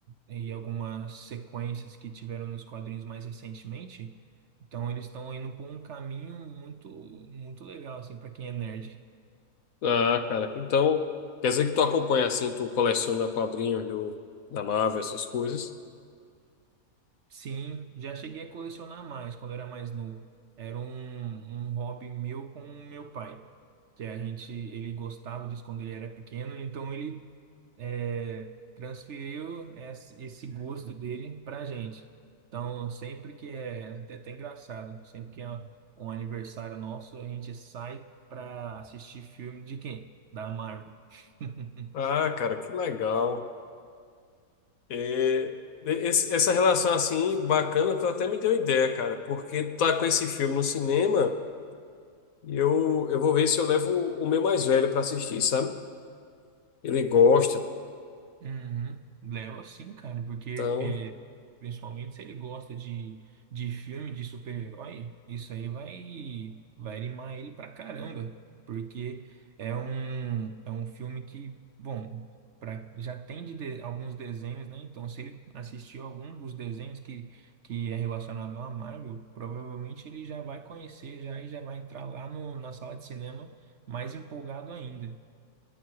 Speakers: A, on the right (about 60°); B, on the left (about 70°).
A: e algumas sequências que tiveram nos quadrinhos mais recentemente. Então eles estão indo por um caminho muito muito legal assim para quem é nerd.
B: Ah, cara, então quer dizer que tu acompanha assim, tu coleciona quadrinhos do, da Marvel, essas coisas.
A: Sim, já cheguei a colecionar mais quando era mais novo. Era um, um hobby meu com o meu pai, que a gente ele gostava disso quando ele era pequeno, então ele é, transferiu esse esse gosto dele pra gente. Então, sempre que é, é até engraçado, sempre que é um aniversário nosso, a gente sai pra assistir filme de quem? Da Marvel. <laughs>
B: Ah, cara, que legal. É, esse- essa relação assim bacana, tu até me deu ideia, cara, porque tu tá com esse filme no cinema e eu, eu vou ver se eu levo o meu mais velho pra assistir, sabe? Ele gosta,
A: Uhum. Leva sim, cara, porque
B: então.
A: Principalmente se ele gosta de, de filme de super-herói, isso aí vai, vai animar ele pra caramba, porque é um, é um filme que, bom, pra, já tem de, de- alguns desenhos, né? Então, se ele assistiu algum dos desenhos que, que é relacionado à Marvel, provavelmente ele já vai conhecer já e já vai entrar lá no, na sala de cinema mais empolgado ainda.